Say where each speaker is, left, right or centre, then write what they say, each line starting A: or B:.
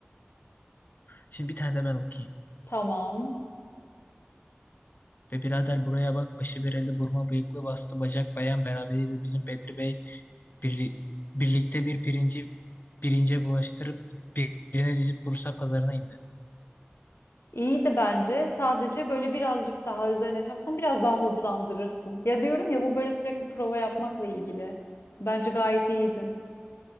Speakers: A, on the left (about 45°); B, on the left (about 70°).
A: Şimdi bir tane de ben okuyayım.
B: Tamam.
A: Ve birader buraya bak başı bereli burma bıyıklı bastı bacak bayan beraberiydi bizim Bedri Bey bir birlikte bir pirinci birince bulaştırıp birine dizip Bursa pazarına indi.
B: İyi de bence sadece böyle birazcık daha üzerine çarpsan biraz daha hızlandırırsın. Ya diyorum ya bu böyle sürekli prova yapmakla ilgili. Bence gayet iyiydin.